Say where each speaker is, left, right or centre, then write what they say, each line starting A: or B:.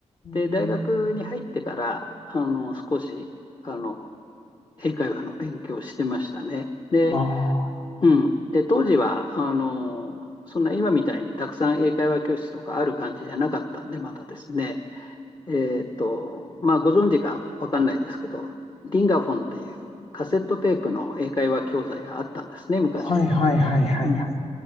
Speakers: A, on the left (about 55°); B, on the left (about 35°).
A: うーん
B: で、大学に入ってから、あの、少し、あの、英会話の勉強をしてましたね。で、
A: ああ、
B: うん。で、当時は、あの、そんな今みたいにたくさん英会話教室とかある感じじゃなかったんで、まだですね。えっと、まあ、ご存知かわかんないですけど、リンガフォンっていうカセットテープの英会話教材があったんですね、昔。
A: はいはいはいはいはい。
B: うん、